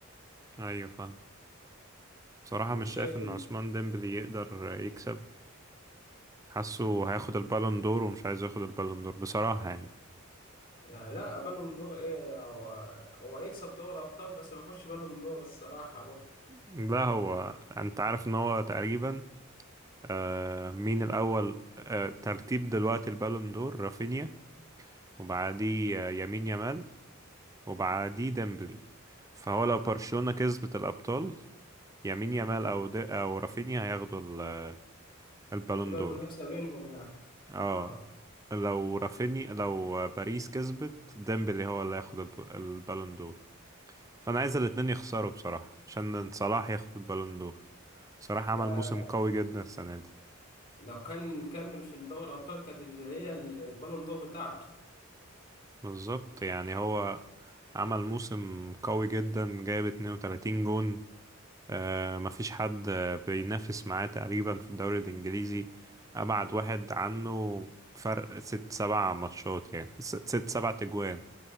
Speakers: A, on the right; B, on the left.
A: أيوه فاهم بصراحة
B: وشايف
A: مش شايف إن
B: إن-
A: عثمان ديمبلي يقدر يكسب حاسه هياخد البالون دور ومش عايز ياخد البالون دور بصراحة يعني
B: آه، لا بالون دور ايه هو هو هيكسب دوري الابطال بس ما يخش بالون دور الصراحة برضه
A: لا هو انت عارف ان هو تقريبا آه مين الأول آه ترتيب دلوقتي البالون دور رافينيا وبعديه آه، يمين يامال وبعديه ديمبلي فهو لو برشلونة كسبت الأبطال يمين يامال أو د... أو رافينيا هياخدوا ال- البالون
B: تبقى
A: دور
B: المنافسة بينهم يعني
A: اه
B: اه
A: لو رافينيا لو باريس كسبت ديمبلي هو اللي هياخد الب... البالون دور فأنا عايز الاتنين يخسروا بصراحة عشان صلاح ياخد البالون دور صلاح عمل
B: ده
A: موسم
B: كان
A: قوي جدا السنة دي
B: لو كان كمل في دوري الأبطال كانت اللي هي البالون دور بتاعته
A: بالظبط يعني هو عمل موسم قوي جدا جايب 32 جون آه مفيش حد آه، بينافس معاه تقريبا في الدوري الإنجليزي أبعد واحد عنه فرق ست سبع ماتشات يعني ست, ست سبع تجوان